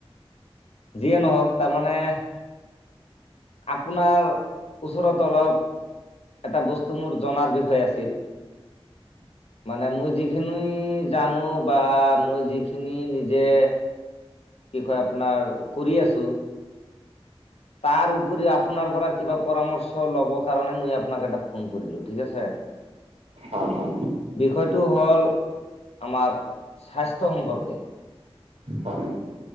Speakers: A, on the left (about 85°); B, on the right (about 80°).
A: যিয়ে নহওক তাৰমানে, - আপোনাৰ ওচৰত অলপ- এটা বস্তু মোৰ জনাৰ বিষয়ে আছিল। মানে মই যিখিনি জানো বা মই যিখিনি নিজে- কি কয় আপোনাৰ কৰি আছো। তাৰ উপৰি আপোনাৰ পৰা কিবা পৰামৰ্শ লব কাৰণে মই আপোনাক এটা ফোন কৰিলো ঠিক আছে। <inaudible>
B: অঁ অঁ'
A: বিষয়টো হ'ল আমাৰ স্বাস্থ্য সম্পৰ্কে।
B: হয়